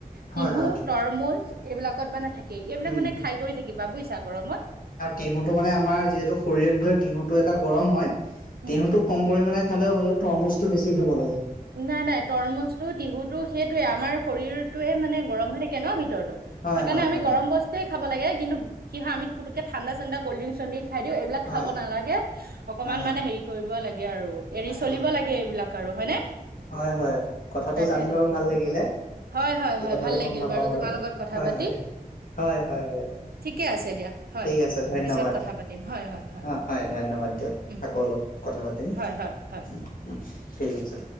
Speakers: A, on the left; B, on the right.
A: হয়
B: টিহু,
A: হয়
B: তৰমুজ এইবিলাকত মানে থাকে এইবিলাক
A: উম
B: মানে খাই কৰি থাকিবা বুজিছা গৰমত।
A: টিহুটো মানে আমাৰ যিহেতু শৰীৰত গৈ টিহুটো এটা গৰম হয়
B: উম
A: টিহুটোক কম পৰিমাণে খালেও হ'লেও তৰমুজটো বেছি খাব লাগে।
B: নাই নাই তৰমুজ টো টিহুটো সেইটোয়ে আমাৰ শৰীৰটোৱে মানে গৰম হৈ থাকে ন' ভিতৰতো। সেইকাৰণে
A: হয় হয়
B: আমি
A: হয়
B: গৰম বস্তয়ে খাব লাগে কিন্ত কি হয় আমি পুতুকে ঠাণ্ডা চাণ্ডা কল্ড্ৰিং চলডিং খাই দিও এইবিলাক
A: হয়
B: খাব নালাগে অকমান
A: হয়
B: মানে হেৰি কৰিব লাগে আৰু এৰি
A: হয়
B: চলিব লাগে এইবিলাক। কাৰো হয়নে?
A: হয় হয়, কথাটো
B: তাকে
A: জানি বাৰু
B: তাকে
A: ভাল লাগিলে।
B: হয় হয়
A: সি
B: হয়
A: কথাটো
B: ভাল লাগিল
A: গম নাপাও বাৰু
B: তোমাৰ লগত কথা
A: হয়,
B: পাতি
A: হয় হয় হয়।
B: ঠিকে আছে দিয়া হয়
A: ঠিক আছে ধন্যবাদ।
B: পিছত কথা পাতিম হয় হয়
A: অ' হয় ধন্যবাদ দিয়ক।
B: উম
A: আকৌ অলপ কথা পাতিম। উম,
B: হয় হয় হয়
A: উম, ঠিক আছে।